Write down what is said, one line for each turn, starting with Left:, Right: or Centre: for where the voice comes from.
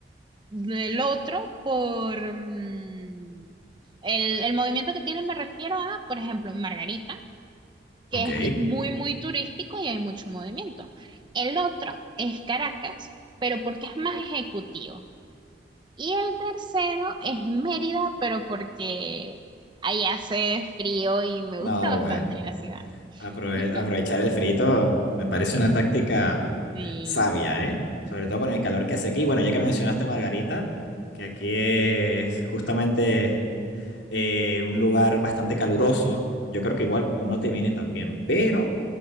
Right: el otro por mm, el, el movimiento que tiene me refiero a, por ejemplo, Margarita que
Left: ok.
Right: es muy, muy turístico y hay mucho movimiento. El otro es Caracas, pero porque es más ejecutivo. Y el tercero es Mérida, pero porque ahí hace frío y me
Left: No,
Right: gusta bastante
Left: bueno.
Right: la ciudad.
Left: aprove-
Right: Ujú.
Left: aprovechar el frito me parece una táctica
Right: Sí.
Left: sabia, ¿eh? Sobre todo con el calor que hace aquí. Bueno, ya que mencionaste Margarita, que aquí es justamente eh, un lugar bastante caluroso, yo creo que igual no te viene tan bien, pero,